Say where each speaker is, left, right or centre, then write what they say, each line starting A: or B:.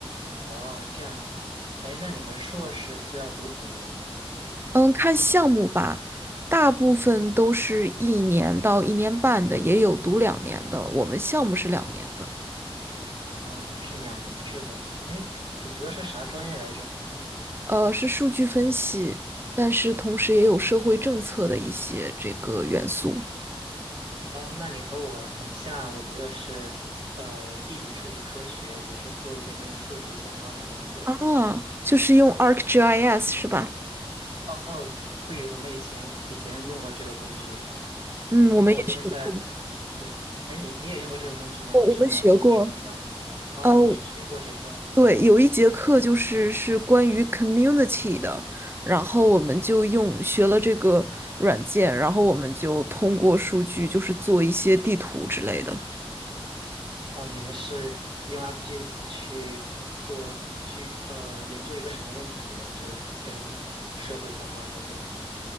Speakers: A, on the right; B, on the right.
A: 哦，这样子，哎，那你们硕士是要读几年啊
B: 嗯，看项目吧，大部分都是一年到一年半的，也有读两年的，我们项目是两年的，
A: 哦，你们是两年制的。哎，你读的是啥专业来着？
B: 呃，是数据分析，但是同时也有社会政策的一些这个元素
A: 哦，那你和我很像，我读的是呃地理数据科学，也是做一些跟数据相关的工作。
B: 啊，就是用 ArcGIS 是吧？
A: 哦，对，我们以前以前用过这个工具。
B: 嗯，
A: 不过我现在
B: 我们也学过，
A: 对，哎，你你也用过这个工具吗？
B: 我我们学过。
A: 你是用来做什么项目？哦，
B: 哦，
A: 你们是学过这个，
B: 对，有一节课就是是关于 community 的，然后我们就用学了这个软件，然后我们就通过数据就是做一些地图之类的。
A: 哦，你们是用 ArcGIS 去做，去呃研究一个什么问题呢？跟社会相关的这种，